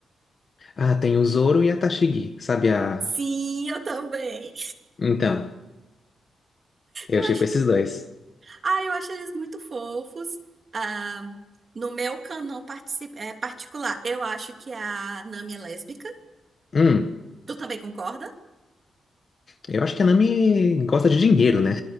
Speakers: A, on the left; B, on the right.
A: Ah, tem o Zoro e a Tashigi, sabe a...
B: Sim, eu também.
A: Então, eu
B: Eu
A: chipo
B: acho,
A: esses dois.
B: Ah, eu acho eles muito fofos. Ah, no meu canon partici- é, particular, eu acho que é a Nami é lésbica.
A: Hum,
B: Tu também concorda?
A: eu acho que a Nami gosta de dinheiro, né?